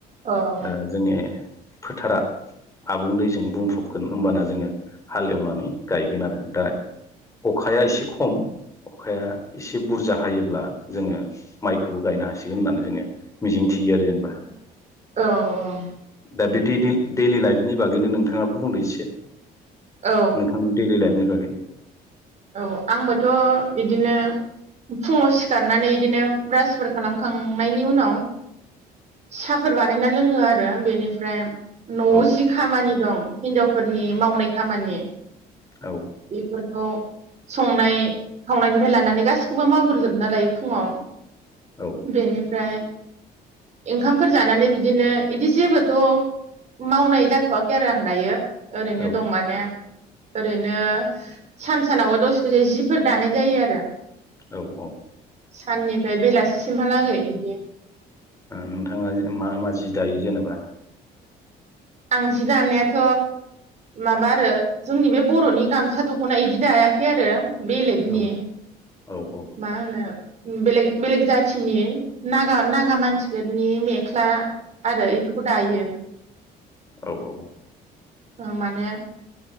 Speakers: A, on the right; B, on the left.
A: औ
B: ओ जोंनि फोथारा आबुं दैजों बुंफबगोन हबाना जोङो हाल एवनानै गायगोन आरो दा अखाया एसे खम अखाया एसे बुरजा हायोब्ला जोङो माइखौबो गायनो हासिगोन होननानै जोङो मिजिं थियो आरो जेनेबा
A: औ औ
B: दा बे डेलि डेलि लाइफनि बागैनो नोंथाङाबो बुंदो एसे
A: औ
B: नोंथांनि दैलि लाइफनि बागै <inaudible>
A: औ आंबोथ' बिदिनो फुङाव सिखारनानै बिदिनो ब्रासफोर खालामखांनायनि उनाव साहाफोर बानायना लोङो आर आरो बेनिफ्राय न'आव
B: औ
A: जि खामानि दं हिनजावफोरनि मावनाय खामानि
B: औ
A: एफोरखौ संनाय खावनायनिफ्राय लानानै गासिखौबो मावग्रोजोब ना लायो फुङाव
B: औ
A: बेनिफ्राय ओंखामफोर जानानै बिदिनो बिदि जेबोथ' मावनाय जाथ'वाखै आरो आं दायो। ओरैनो
B: औ
A: दं माने। ओरैनो सानसे सानावबो दसे दसे जिफोर दानाय जायो आरो।
B: औ औ।
A: साननिफ्राय बेलासिसिमहालागै बिदि।
B: नोंथाङा मा मा जि दायो जेनेबा?
A: आं जि दानायाथ' माबा आरो जोंनि बे बर'नि गामसा दख'ना इदि दायाखै आरो। बेलेगनि
B: औ औ औ
A: मा होनो- बेलेग बेलेग जाथिनि नागा नागा मानसिफोरनि मेख्ला आरो बेफोरखौ दायो।
B: औ औ।
A: औ माने